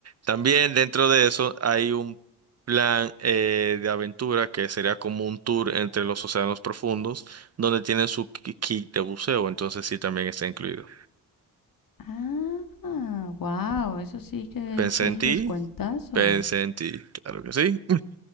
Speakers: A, on the right; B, on the left.
A: También dentro de eso hay un plan eh, de aventura que sería como un tour entre los océanos profundos donde tienen su ki- kit de buceo, entonces sí también está incluido.
B: Ah, wow, eso sí que
A: Pensé
B: es un
A: en ti
B: descuentazo.
A: Pensé en ti, claro que sí.